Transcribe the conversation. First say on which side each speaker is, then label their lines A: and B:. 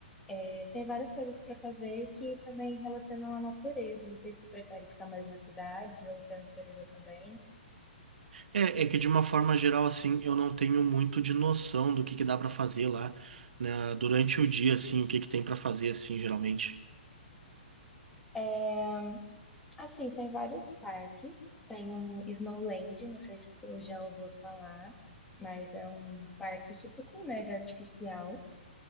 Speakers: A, in the centre; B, on the right.
A: É, tem várias coisas para fazer que também relacionam à natureza. Não sei se tu prefere ficar mais na cidade ou pra natureza também.
B: É, é que de uma forma geral assim, eu não tenho muito de noção do que que dá pra fazer lá, né, durante o dia assim, o que que tem pra fazer assim, geralmente.
A: É, assim, tem vários parques. Tem um Snowland, não sei se tu já ouviu falar, mas é um parque tipo com neve artificial.